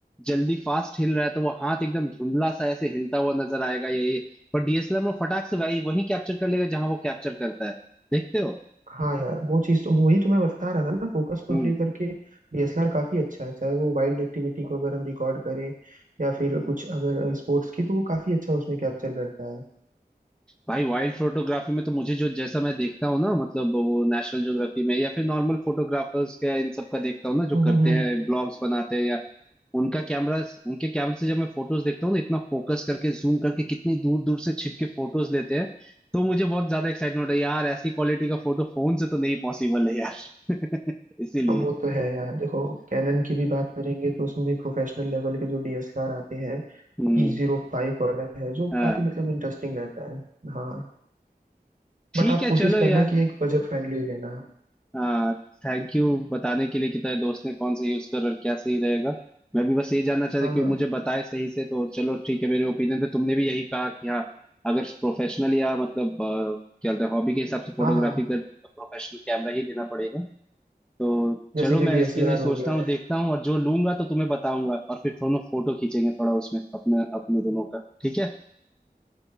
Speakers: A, in the centre; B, on the right.
A: जल्दी फास्ट हिल रहा है तो वो हाथ एकदम धुंधला सा ऐसे हिलता हुआ नजर आएगा या ये पर डीएसएलआर में फटाक से वही वही कैप्चर कर लेगा जहां वो कैप्चर करता है देखते हो
B: हाँ यार वो चीज़ तो वही तो मैं बता रहा था ना फोकस
A: हम्म
B: को लेकर के डीएसएलआर काफी अच्छा है चाहे वो वाइल्ड एक्टिविटी को अगर हम रिकॉर्ड करें या फिर कुछ अगर स्पोर्ट्स की तो वो काफी अच्छा उसमें कैप्चर करता है
A: भाई वाइल्ड फोटोग्राफी में तो मुझे जो जैसा मैं देखता हूँ ना मतलब वो नेशनल ज्योग्राफी में या फिर नॉर्मल फोटोग्राफर्स का इन सब का देखता हूँ ना जो
B: हम्म,
A: करते
B: हम्म, हम्म,
A: हैं ब्लॉग्स
B: हम्म।
A: बनाते हैं या उनका कैमरा उनके कैमरे से जब मैं फोटोज देखता हूँ ना इतना फोकस करके जूम करके कितनी दूर दूर से छिप के फोटोज लेते हैं तो मुझे बहुत ज्यादा एक्साइटमेंट है यार ऐसी क्वालिटी का फोटो फोन से तो नहीं पॉसिबल है यार <laughs> इसीलिए
B: अब वो तो है यार देखो कैनन की भी बात करेंगे तो उसमें भी प्रोफेशनल लेवल के जो डीएसएलआर आते हैं
A: हम्म
B: ई जीरो फाइव वाला है जो
A: हाँ
B: काफी मतलब इंटरेस्टिंग रहता है हाँ बट
A: ठीक
B: आप
A: है
B: कोशिश
A: चलो
B: करना
A: यार
B: कि एक बजट फ्रेंडली लेना
A: हाँ थैंक यू बताने के लिए कि तेरे दोस्त ने कौन सा यूज कर और क्या सही रहेगा मैं भी बस ये जानना चाहता
B: हाँ
A: था कि
B: हाँ
A: वो मुझे बताए सही से तो चलो ठीक है मेरे ओपिनियन पे तुमने भी यही कहा कि हाँ अगर प्रोफेशनल या मतलब अ, क्या बोलते हैं हॉबी के हिसाब से फोटोग्राफी
B: हाँ हाँ
A: करनी है तो प्रोफेशनल कैमरा ही लेना पड़ेगा तो
B: जैसे
A: चलो
B: कि
A: मैं
B: डीएसएलआर
A: इसके लिए सोचता
B: हो गया
A: हूँ देखता हूँ और जो लूंगा तो तुम्हें बताऊंगा और फिर दोनों फोटो खींचेंगे थोड़ा उसमें अपने अपने दोनों का ठीक है